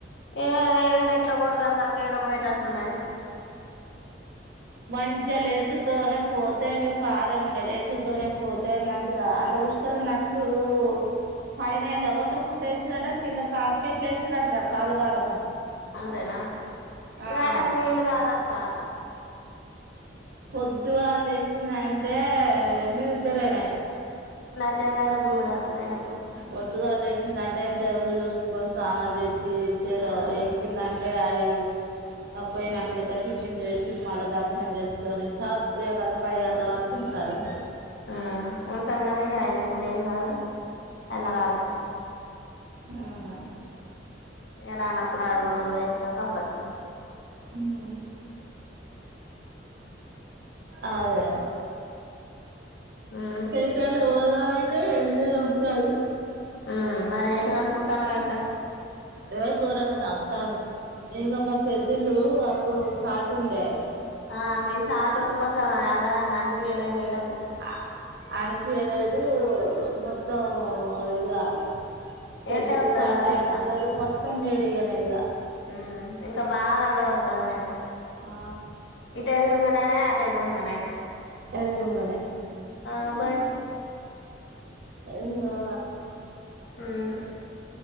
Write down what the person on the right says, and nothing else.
మంచిగా లేచలతోనే పోతే మీకు కారం ఉండే లేచలతోనే పోతే మంచిగా అంద ఉష్కల నర్సుడు పైనండ కొట్టకుంంటడా వేసిరాట కింద కార్పెట్లు వేసరాట రకాలుగాాల
ఆ
పొద్దుగాళ లేసింది ఏ మీరు ఇద్దరేనా
పొద్దుగా వేసింది అంటే ఇంత చూ స్నానాలు చేసి చెలో
ఎక్కిందంట డి పోయినాక ఇద్ద టిఫిన్ చేసి మళ్ళా దర్శనం చేసుకొని సపుకదు పది గంటల వరకు ఇంటికాడ ఉంటారు
అవునా
ఉమ్ అదే
ఏంటాల <unintelligible>
ఇవే ఘోరంగా దంపుతాంది ఇంకా మా పెద్దూలు ఇప్పుడు చాట్ ఉండే
ఆ అనిపీయ లేదు మొత్తం ఇగా పెద్దలు
సాట్లు
లేకపోయరు మొత్ త్తం వేడిగానే ఇగా
ఆ
ఎదురుంగనే
అ ఇంగా